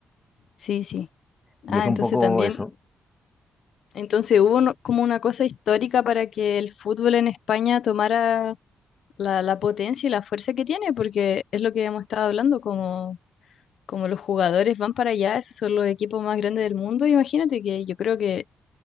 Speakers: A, on the left; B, on the left.
A: sí, sí.
B: Y
A: Ah,
B: es un
A: entonces
B: poco
A: también,
B: eso.
A: entonces hubo no- como una cosa histórica para que el fútbol en España tomara la, la potencia y la fuerza que tiene, porque es lo que hemos estado hablando, como, como los jugadores van para allá, esos son los equipos más grandes del mundo. Imagínate que yo creo que